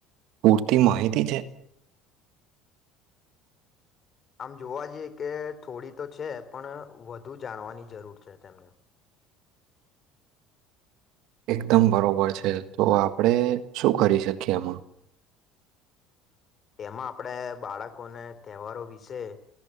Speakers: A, on the right; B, on the left.
A: પૂરતી માહિતી છે?
B: આમ જોવા જઈએ કે થોડી તો છે, પણ વધુ જાણવાની જરૂર છે તેમને.
A: એકદમ બરોબર છે, તો આપણે શું કરી શકીએ એમાં.
B: તેમાં આપડે બાળકોને તહેવારો વિશે